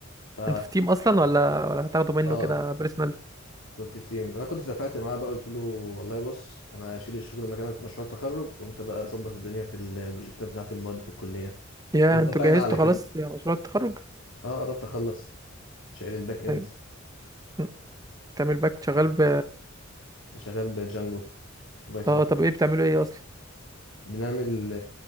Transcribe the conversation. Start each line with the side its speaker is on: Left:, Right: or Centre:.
Left: ف
Right: انتوا في تيم اصلا ولا ولا هتاخدوا منه
Left: اه
Right: كده بيرسونال
Left: كنت في تيم انا كنت اتفقت معاه بقى قلت له والله بص انا هشيل الشغل مكانك في مشروع التخرج وانت بقى ظبط الدنيا في البروجكتات بتاعت المواد في الكليه
Right: يا
Left: واتفقنا
Right: انتوا جهزتوا
Left: على كده
Right: خلاص يا مشروع التخرج
Left: اه قربت اخلص شايل الباك اند
Right: طيب، م، بتعمل باك شغال ب
Left: شغال بجانجو بايثون
Right: اه طب ايه بتعملوا ايه اصلا
Left: بنعمل